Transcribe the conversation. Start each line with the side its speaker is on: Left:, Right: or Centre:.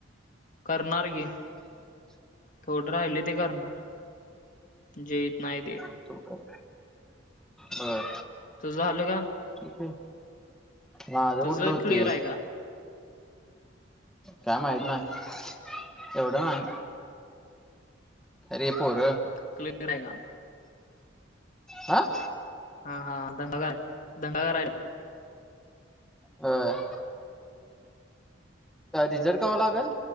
Left: करणार कि,, थोड राहिलय ते करणार. जी ऐत नाय ते.
Centre: हो का? होय,
Left: तुझ झाल का?
Centre: ठीक आहे, माझं
Left: तुझं
Centre: कुठलं हुतय?
Left: क्लिअर आहे का
Centre: काय माहित नाही,, एवढं नाही. अरे पोरंऽ
Left: क्लिनर आय का?
Centre: आं,,
Left: हा, हा, दंगा, घर दंगा घर आहे
Centre: बर. रिझल्ट कवां लागल,,